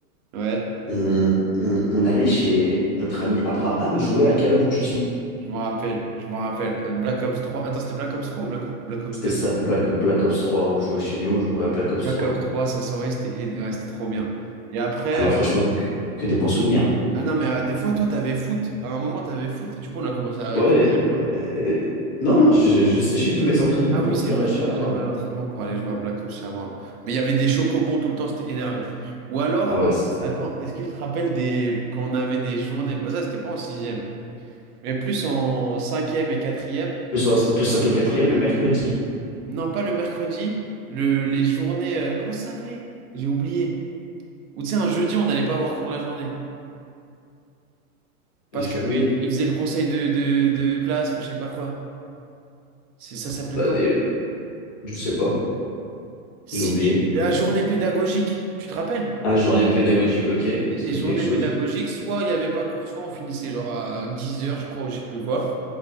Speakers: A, on the right; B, on the left.
A: Ouais.
B: on, on- on allait chez notre ami Abraham
A: Ah
B: jouer
A: oui.
B: à Call of Duty.
A: Je m'en rappelle, je m'en rappelle. Euh, Black Ops trois attends, c'était Black Ops trois ou Black, Black Ops
B: C'était
A: deux
B: ça, Black, Black Ops trois On jouait chez lui, on jouait à Black Ops
A: Black
B: trois
A: Ops trois ça s'envoyait, c'était et- ouais, c'était trop bien. Et après,
B: Ah non,
A: euh,
B: franchement, que, que des bons souvenirs.
A: Ah non, mais euh, des fois, toi, t'avais foot. À un moment, t'avais foot et du coup, on a commencé à arrêter
B: Ouais.
A: d'aller, non?
B: euh, non, non, je, je séchais tous mes entraînements
A: Ah
B: pour
A: oui, c'est
B: venir
A: vrai,
B: chez
A: t'allais
B: Abraham.
A: jamais à l'entraînement pour aller jouer à Black Ops chez Abraham. Mais il y avait des chocobons tout le temps, c'était énervé. Ou alors,
B: Ah ouais, c'était
A: attends, est-ce que je te rappelle des... quand on avait des journées... Bon, ça, c'était pas en sixième, mais plus en cinquième et quatrième.
B: plus, en- plus cinquième
A: En cinquième.
B: quatrième le mercredi.
A: Non, pas le mercredi, le... les journées... euh, Comment ça s'appelait? J'ai oublié. Ou tu sais, un jeudi, on n'allait pas avoir cours de la journée. Parce
B: Les journées,
A: qu'ils faisaient le conseil de, de, de classe ou je sais pas quoi. C'est- Ça s'appelait
B: ah bah
A: quoi?
B: des, je sais pas,
A: Si,
B: j'ai oublié.
A: la journée pédagogique, tu te rappelles?
B: Ah, journée pédagogique, ok,
A: Et,
B: ça
A: et
B: me
A: journée
B: dit quelque chose.
A: pédagogique, soit il n'y avait pas cours, soit on finissait genre à dix heures, je crois, ou je sais plus quoi.